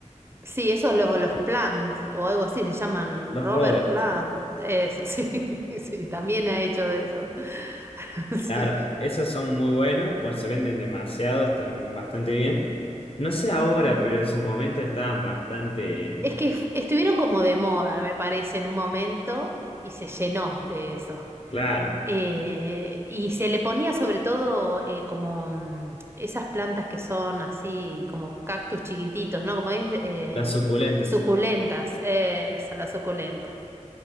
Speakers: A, on the right; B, on the left.
A: Sí, eso los, los Plant o algo así se llaman
B: Los
A: Robert
B: rovers.
A: Plant, eso sí, <laughs> sí, también ha hecho de eso, <laughs>
B: Claro,
A: sí.
B: esos son muy buenos, bueno, se venden demasiado, están bastante bien. No sé ahora,
A: Ujú.
B: pero en su momento estaban bastante,
A: Es que fu- estuvieron como de moda, me parece, en un momento y se llenó de eso.
B: claro,
A: Eh, y se le ponía sobre todo eh, como mm, esas plantas que son así como cactus chiquititos, ¿no? Como es em,
B: las suculentas.
A: suculentas, esa, la suculenta,